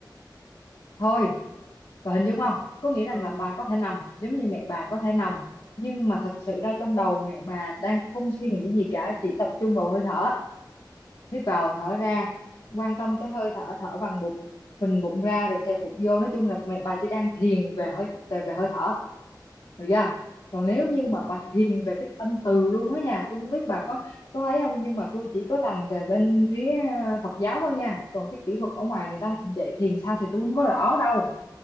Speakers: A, on the left; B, on the left.
A: thôi bà hình dung không có nghĩa rằng
B: ừ.
A: là bà có thể nằm giống như mẹ bà có thể nằm nhưng mà thật sự ra trong đầu mẹ bà đang không suy nghĩ gì cả chỉ tập trung vào hơi thở hít vào thở ra quan tâm tới hơi thở thở bằng bụng phình bụng ra rồi xẹp bụng vô nói chung là mẹ bà chỉ đang thiền về hơi về, về hơi thở Được chưa? Còn
B: à,
A: nếu như mà
B: ok.
A: bà thiền về cái tâm từ luôn á nha, tôi không biết bà có có ấy không nhưng mà tôi chỉ có rành về bên phía ờ, Phật giáo thôi nha. Còn cái kỹ thuật ở ngoài người ta dạy thiền sao thì tôi không có rõ đâu.